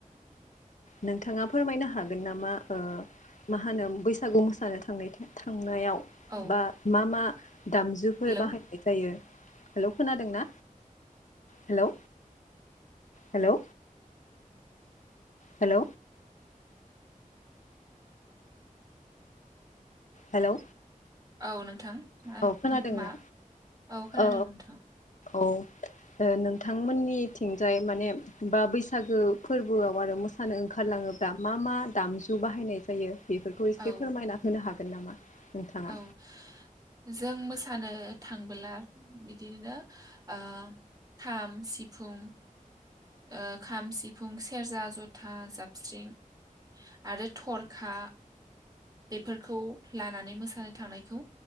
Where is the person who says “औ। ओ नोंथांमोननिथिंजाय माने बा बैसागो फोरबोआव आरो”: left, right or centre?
Left